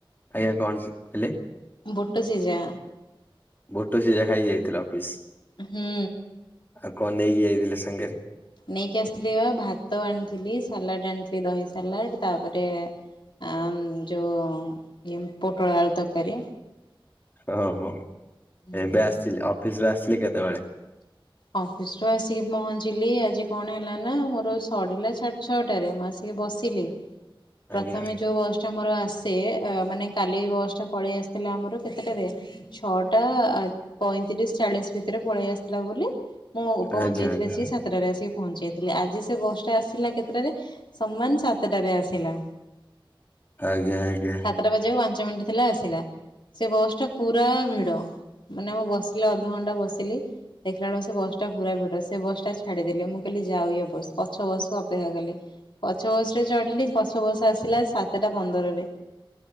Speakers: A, on the left; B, on the left.
A: ଆଜ୍ଞା କଣ କହିଲେ?
B: ବୁଟ ସିଝା
A: ବୋଟ ସିଜା ଖାଇକି ହେଇ ଯାଇଥିଲା ଅଫିସ।
B: ହୁଁ।
A: ଆଉ କଣ ନେଇକି ଯାଇଥିଲେ ସାଙ୍ଗରେ?
B: ନେଇକି ଆସିଥିଲି ବା ଭାତ ଆଣିଥିଲି ସାଲାଡ ଆଣିଥିଲି ଦହି ସାଲାଡ ତାପରେ ଆ ଯେଉଁ ଇ ପୋଟଳ ଆଳ ତରକାରୀ।
A: ଓହୋ
B: ହୁଁ।
A: ଏବେ ଆସିି ଅଫିସରୁ ଆସିିଲି କେତେବେଳେ?
B: ଅଫିସ ରୁ ଆସିକି ପହଞ୍ଚିଲି ଆଜି କଣ ହେଲା ନା ମୋର ସରିଲା ଛାଡି ଛଅଟାରେ ମୁଁ ଆସିକି ବସିଲି ପ୍ରଥମେ
A: ଆଜ୍ଞା
B: ଯୋଉ ର ଆସେ ମାନେ କାଲି ବସ୍ ଟା ପଳେଇ ଆସିଥିଲା ଆମର କେତେଟାରେ ଛଅଟା ପଇଁତିରିଶ ଚାଳିଶ ଭିତରେ ପଳେଇ ଆସିଥିଲା ବୋଲି ମୁଁ ପହଞ୍ଚେଇ
A: ଆଜ୍ଞା ଆଜ୍ଞା
B: ଥିଲେ ସାତ୍ ସାତଟାରେ ଆସିକି ପହଞ୍ଚାଇଥିଲି। ଆଜି ସେ ବସଟା ଆସିଲା କେତେଟାରେ ସମାନ ସାତଟାରେ ଆସିଲା। <inaudible>
A: ଆଜ୍ଞା ଆଜ୍ଞା।
B: ସାତଟା ବାଜିବାକୁ ପାଞ୍ଚ ମିନିଟ୍ ଥିଲା ଆସିଲା। ସେ ବସ୍ ଟା ପୁରା ଭିଡ ମାନେ ମୁଁ ବସିଲି ଅଧଘଣ୍ଟା ବସିଲି ଦେଖିଲା ବେଳ ସେ ବସ୍ ଟା ପୁରା ଭିଡ ସେ ବସ୍ ଟା ଛାଡ଼ିଦେଲି। ମୁଁ କହିଲି ଯାଉ ବସ୍ ପଛ ବସ୍ କୁୁ ଅପେକ୍ଷା କଲି। ପଛ ବସ୍ ରେ ଚଢିଲି ପଛ ବସ ଆସିଲା ସାତଟା ପନ୍ଦରରେ।